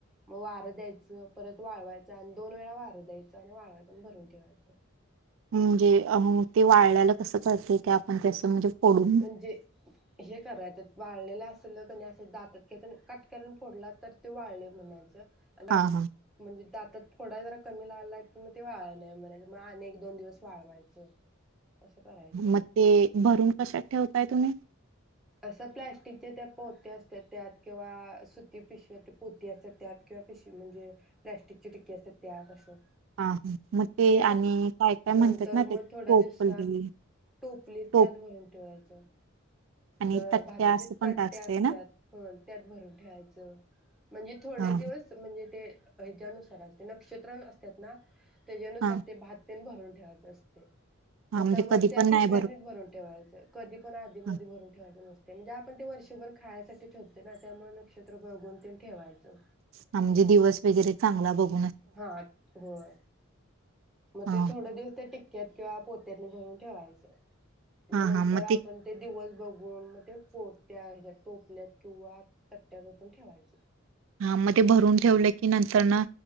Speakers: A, in the centre; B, on the right.
A: म वारं द्यायचं परत वाळवायच आणि दोन वेळा वारं द्यायचं आणि वाळवायचं आणि भरून ठेवायचं.
B: म्हणजे अ ते वाळ्याल कसं कळते क आपण ते असं म्हणजे फोडून
A: म्हणजे हे कराय वाळलेलं असल कनय असं दातात खेचुन कट करन फोडला तर ते वाळले म्हणायचं अ
B: हा हा
A: म्हणजे दात त थोडा जरा कमी लागला की म ते वाळ नाही म्हणायच म आणि एक दोन दिवस वाळवायचं असं करायचं
B: म ते भरून कशात ठेव ताय तुम्ही
A: असं प्लॅस्टिकच्या त्या पोत्या असतात त्यात किंवा सुती पिशवी पोती असत त्यात किंवा पिशवी म्हणजे प्लॅस्टिकची टिकी असतात त्यात असं
B: हा हा मग ते
A: त्यात
B: आणि काय काय
A: नंतर
B: म्हणतात ना ते
A: मग थोड्या
B: टोपली
A: दिवसा टोपलीत
B: टोप
A: त्यात भरून ठेवायचं
B: आणि
A: तर
B: तट्ट्या
A: भाताचे
B: असं पण
A: तट्टे
B: काय असतंय
A: असत्याात
B: ना
A: त्यात भरून ठेवायचं म्हणजे थोडे
B: हा
A: दिवस म्हणजे ते हे ज्यानुसार असते नक्षत्र असतात ना त्याज्या नुसार
B: हा
A: ते भात तेन भरून ठेवाच असते.
B: हा
A: म
B: म्हणजे
A: त वर
B: कधी
A: त्या
B: पण
A: पिशव्यातनी
B: नाही
A: भरून ठेवायचं कधी पण आधीमध्यी
B: हा
A: भरून खायचं नसतय ते पण वर्षभर खायांच ते ठेवते ना त्यामुळे नक्षत्र बघून तेण ठेवायचं.
B: हा म्हणजे दिवस वगैरे चांगला बघू
A: हाट होय. म
B: हा
A: ते थोड दिवस ते टिक त्यात किंवा पोत्यातन भरून ठेवायचं
B: हा
A: म नंतर
B: हा मग
A: आपण ते दिवस गोड म ते पोट्या ह्याज्यात टोपल्यात किंवा तट्ट्यात ओतून ठेवायचं.
B: हां म भरून ठेवलं की नंतर न